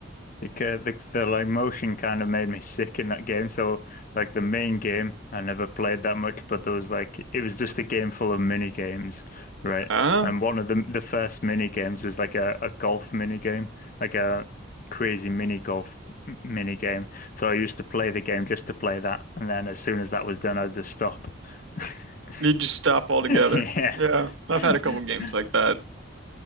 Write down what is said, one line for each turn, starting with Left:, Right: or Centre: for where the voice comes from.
Left: Like uh, the, the like motion kind of made me sick in that game. So like the main game, I never played that much, but there was like it was just a game full of mini games, right?
Right: Ah,
Left: And one of the the first mini games was like a, a golf mini game, like a crazy mini golf m- mini game. So I used to play the game just to play that, and then as soon as that was done, I'd just stop. <laughs>
Right: you just stop altogether.
Left: Yeah.
Right: Yeah, I've
Left: <laughs>
Right: had a couple games like that.